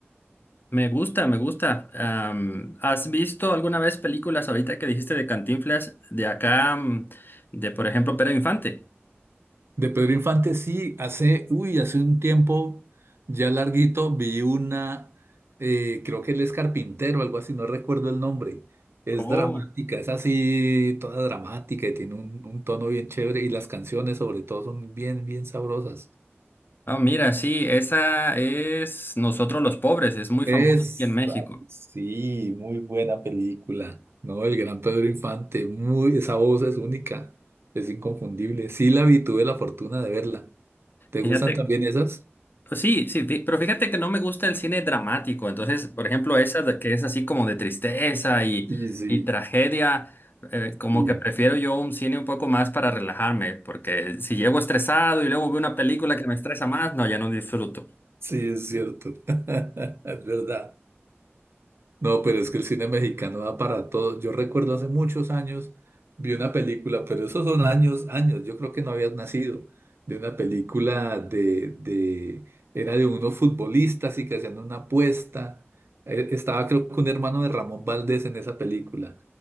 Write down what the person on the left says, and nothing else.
Me gusta, me gusta. Am, ¿has visto alguna vez películas ahorita que dijiste de Cantinflas de acá, mm, de por ejemplo Pedro Infante?
Oh,
Ah, mira, sí, esa es Nosotros los Pobres, es muy
famosa aquí en México.
Fíjate
Pues Sí, sí, fi- pero fíjate que no me gusta el cine dramático. Entonces, por ejemplo, esa de- que es así como de tristeza y,
y tragedia, eh, como
que prefiero yo un cine un poco más para relajarme, porque si llego estresado y luego veo una película que me estresa más, no, ya no disfruto.